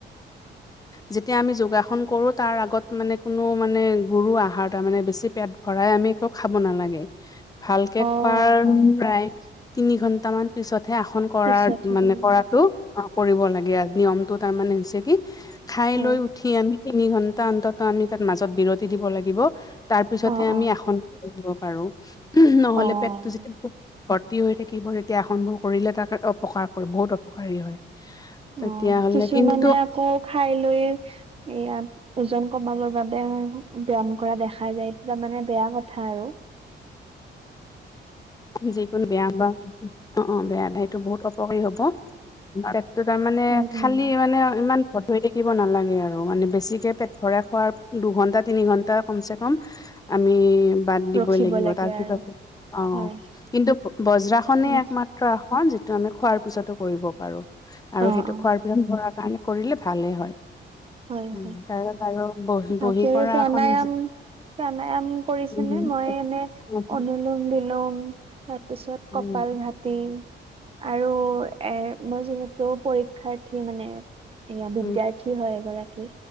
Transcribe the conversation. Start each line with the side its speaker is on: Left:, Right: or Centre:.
Left: যেতিয়া আমি যোগাসন কৰোঁ তাৰ আগত মানে কোনো মানে গৰু আহাৰ তাৰ মানে বেছি পেট ভৰাই আমি একো খাব নালাগে। ভালকে
Right: অ
Left: খোৱাৰ
Right: অ
Left: প্ৰায় তিনি ঘন্ট মান পিছতহে আসন কৰাৰ
Right: পিছতহে
Left: মানে
Right: কৰিব
Left: কৰাটো
Right: লাগে
Left: অ কৰিব লাগে। নিয়মটো তাৰমানে হৈছে কি, খাই
Right: হয়
Left: লৈ উঠি আমি তিনি ঘন্টা অন্তত আমি তাত মাজত বিৰতি দিব লাগিব। তাৰ পিছতহে
Right: অ
Left: আমি
Right: অ
Left: আসন লাগিব। পাৰো। নহলে
Right: অ
Left: পেটটো যেতিয়া ভৰ্তি হৈ থাকিব, তেতিয়া আসন বোৰ কৰিলে তাকে অপকাৰ কৰে বহুত অপকাৰী হয়। তেতিয়াহ'লে
Right: অ। কিছুমানে
Left: কিন্তু
Right: আকৌ খাই লৈয়ে এয়া ওজন কমাবৰ বাবে ব্যাম কৰা দেখা যায়, তাৰ মানে বেয়া কথা আৰু। <inaudible>
Left: যিকোনো বেয়া বা, অ অ বেয়া বেয়া সেইটো বহুত অপকাৰী হ'ব। পে তটো তাৰমানে
Right: উম
Left: খালি
Right: উম
Left: মানে ইমান ত ধৰি থাকিব নালাগে আৰু। মানে বেছিকে পেট ভৰাই খোৱাৰ দুঘন্টা তিনি ঘন্টা কমচে কম আমি বাদ
Right: ৰখিব
Left: দিবই লাগিব।
Right: লাগে
Left: তাৰপিছতে
Right: আৰু
Left: অ।
Right: হয়
Left: কিন্তু বজ্ৰাখনেই
Right: উম
Left: একমাত্ৰ আসন, যিটো আমি খোৱাৰ পিছতো কৰিব পাৰো। আৰু
Right: অ
Left: সেইটো
Right: অ
Left: খোৱাৰ পিছত ভৰাৰ কাৰণে কৰিলে ভালে হয়।
Right: হয়
Left: উম,
Right: হয়
Left: তাৰছত আৰু বহি
Right: বাকী
Left: বহি
Right: আৰু
Left: কৰা
Right: প্ৰাণায়াম
Left: আসন
Right: প্ৰাণায়াম কৰিছে
Left: উম
Right: নে? মই এনে
Left: উম
Right: অনুলোম বিলোম, তাৰ পিছত
Left: উম
Right: কপাল ভতি। আৰু এ মই যিহে তো পৰীক্ষাৰ্থী মানে, এয়া বিদ্যাৰ্থী
Left: উম উম
Right: হয় এগৰাকী।